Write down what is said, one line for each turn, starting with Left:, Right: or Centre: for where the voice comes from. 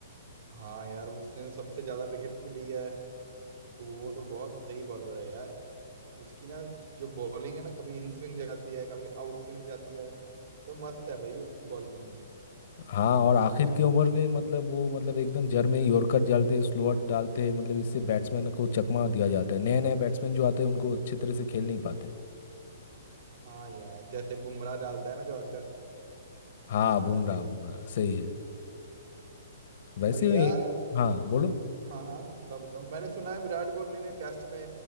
Right: हाँ यार उसने तो सबसे ज्यादा विकेट्स भी लिया है तो वो तो बहुत सही बॉलर है यार उसकी ना जो बॉलिंग है ना कभी इन स्विंग जाती है कभी आउट स्विंग जाती है तो मस्त है भाई उसकी बॉलिंग
Left: हाँ और आखिर के ओवर में मतलब वो मतलब एकदम जड़ में यॉर्कर डालते हैं स्लोअर डालते हैं मतलब इससे बैट्समैन को चकमा दिया जाता है नए नए बैट्समैन जो आते हैं उनको अच्छे तरह से खेल नहीं पाते
Right: हाँ यार जैसे बुमराह डालता है ना जॉर्कर
Left: हाँ
Right: बस
Left: बुमराह
Right: वैसे ही
Left: बुमराह सही है वैसे
Right: और यार
Left: ये- हाँ बोलो
Right: हाँ हाँ बताओ बताओ मैंने सुना है विराट कोहली ने टेस्ट में